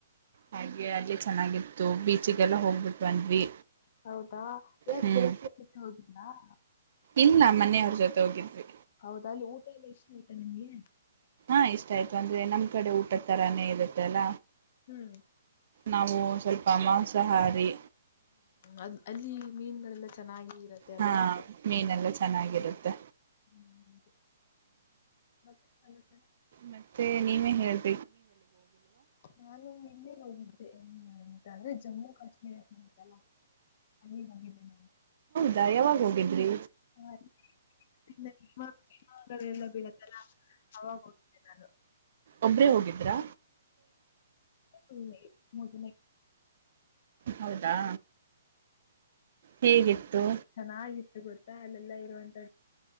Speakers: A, on the right; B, on the left.
A: ಹಾಗೆ ಅಲ್ಲಿ ಚೆನ್ನಾಗಿತ್ತು ಬೀಚಿಗೆಲ್ಲ ಹೋಗ್ಬಿಟ್ ಬಂದ್ವಿ.
B: ಹೌದಾ ಯಾರ್
A: ಹ್ಮ್
B: ಹಿಲ್ಲಾ <unintelligible>
A: ಇಲ್ಲ ಮನೆಯವ್ರ ಜೊತೆ ಹೋಗಿದ್ವಿ.
B: ಹೌದ ಅಲ್ಲಿ ಊಟ ಎಲ್ಲ ಇಷ್ಟ ಆಯ್ತಾ ನಂಗೆ
A: ಹ ಇಷ್ಟ ಆಯ್ತು ಅಂದ್ರೆ ನಮ್ ಕಡೆ ಊಟ ತರಾನೇ ಇರುತ್ತಲ್ಲ.
B: ಹ್ಮ್
A: ನಾವು ಸ್ವಲ್ಪ ಮಾಂಸಾಹಾರಿ.
B: ಅ ಅಲ್ಲಿ ಮೀನ್ಗಳೆಲ್ಲ ಚೆನ್ನಾಗಿ ಇರತ್ತೆ ಅಲ್ವಾ
A: ಹಾ ಮೀನ ಎಲ್ಲಾ ಚೆನ್ನಾಗಿರುತ್ತೆ.
B: ಹ್ಮ ಅದು ಮತ್ತ ಸಮಾಚಾರ
A: ಮತ್ತೆ ನೀವೇ ಹೇಳಿ.
B: ನಾನು ಹಿಂದೆ ಹೋಗಿದ್ದೆ ಎಂದಿನ. ಅಂದ್ರೆ ಜಮ್ಮು ಕಾಶ್ಮೀರ ನಂತಲ್ಲ ಅಲ್ಲಿಗೆ ಹೋಗಿದ್ದೆ ನಾನು
A: ದಾಯಾವಾಗ ಹೋಗಿದ್ರಿ
B: ಹ ನಿಮ್ಮ ಎಲ್ಲ ಬೀಳತ್ತಲ್ಲ ಅವಾಗಟ <unintelligible>
A: ಒಬ್ರೇ ಹೋಗಿದ್ರಾ
B: ಹ್ಮ ಮುಗ
A: ಹೌದಾ ಹೇಗಿತ್ತು
B: ಚೆನ್ನಾಗಿತ್ತು ಗೊತ್ತಾ ಅಲ್ಲೆಲ್ಲಾ ಇರುವಂತ್ದ